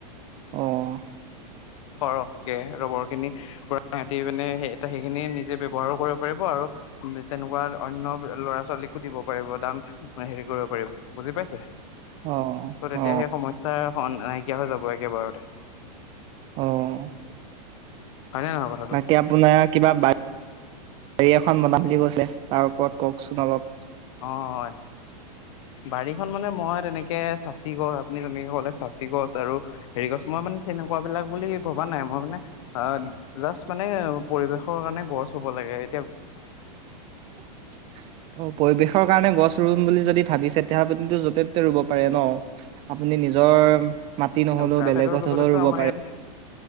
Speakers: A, on the right; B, on the left.
A: অ'।
B: সৰহকে ৰবৰ খিনি সিহঁতি মানে এ সেইখিনি নিজ নিজে ব্যৱহাৰও কৰিব পাৰিব আৰু ম তেনেকুৱা অন্য ল'ৰা ছোৱালীকো দিব পাৰিব দাম হেৰি কৰিব পাৰিব, বুজি পাইছে। ত'
A: অ
B: তেতিয়া
A: অ
B: সেই সমস্যা স নাই। নাই কিয়া হৈ যাব একেবাৰতে।
A: অ'।
B: হয় নে নহয় কথাটো।
A: বাকী আপোনাৰ কিবা বাৰী এখন বনাম বুলি কৈছিলে। তাৰ ওপৰত কওঁকচোন অলপ।
B: অ', বাৰীখন মানে মই তেনেকে চাচি গছ আপুনি তেনেকে কলে চাচি গছ আৰু হেৰি গছ মানে তেনেকুৱাবিলাক বুলি ভবা নাই মই মানে অ', জাষ্ট মানে পৰিৱেশৰ কাৰণে গছ হ'ব লাগে এতিয়া
A: অ', পৰিৱেশৰ কাৰণে গছ ৰুম বুলি যদি ভাবিছে তেতিয়া আপুো য'তে ত'তে ৰুব পাৰে ন' আপুনি নিজৰ মাটি নহ'লেও
B: কাৰ্বি
A: বেলেগত
B: আংলঙৰ লগতেতো
A: হ'লেও ৰুব
B: আমাৰ
A: পাৰে।
B: ইয়াত